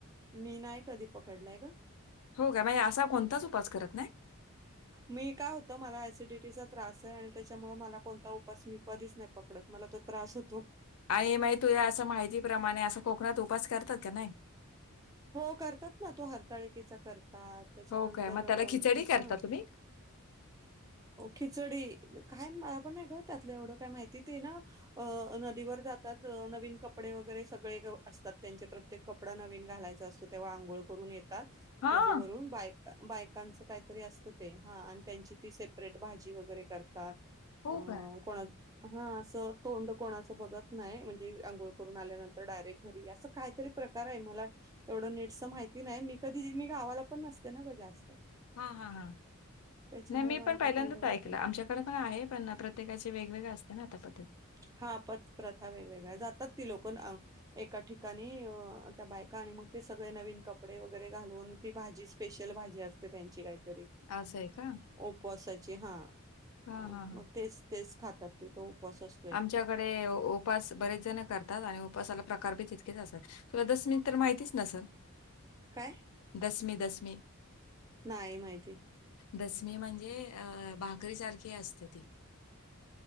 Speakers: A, on the right; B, on the left.
A: मी नाहीय कधी पकडलाय ग.
B: हो काय म हे असा कोणताच उपास करत नाही?
A: मी काय होत मला ॲसिडिटीचा त्रास आहे आणि त्याच्यामुळे मला कोणता उपास म कधीच नाही पकडत मला तो त्रास होतो.
B: आई माई तुझ्या असं माहितीप्रमाणे असं कोकणात उपास करतात का नाही?
A: हो करतात ना तो हरताळिकेचा करतात त्याच्यानंतर
B: हो काय? मग त्याला खिचडी करता
A: हा
B: तुम्ही?
A: खिचडी काय मलापण नाही ग त्यातलं एवढं काय माहिती ते ना अ नदीवर जातात नवीन कपडे वगैरे सगळे असतात त्यांचे प्रत्य ते कपडा नवीन घालायचा असतो तेव्हा अंघोळ करून येतात.
B: हां.
A: नदीवरून बाय बायकांच काहीतरी असतं ते हा अन् त्यांची ती सेपरेट भाजी वगैरे करतात
B: हो
A: अ
B: का?
A: कोणा हा असं तोंड कोणाचं बघत नाही म्हणजे आंघोळ करून आल्यानंतर डायरेक्ट घरी असं काहीतरी प्रकार आहे मला एवढं नीटस माहिती नाही मी कधी मी गावाला पण नसते ना ग जास्त.
B: हा हा हा
A: त्याच्यामुळं
B: नाही मी
A: मला
B: पण
A: काय
B: पहिल्यांदाच
A: तेवढं माहिती
B: ऐकलं
A: नाही.
B: आमच्या कडे पण आहे पण ना प्रत्येकाचे वेगवेगळे असते ना आता पद्धत.
A: हा पथ-प्रथा वेगवेगळ्या जातात ती लोक एका ठिकाणी अ त्या बायका आणि मग ते सगळे नवीन कप कपडे वगैरे घालून ती भाजी स्पेशल भाजी असते त्यांची काहीतरी.
B: असंय का
A: उपवासाची हा
B: हां,
A: मग अ
B: हां, हां.
A: म तेच तेच खातात तिथ उपवास अस
B: आमच्याकडे उपास बरेच जण करतात आणि उपवासाला प्रकार बी तितकेच असतात. तुला दसमी तर माहितीच नसल.
A: काय?
B: दसमी दसमी
A: नाही माहिती.
B: दसमी म्हणजे अ भाकरी सारखी असते ती.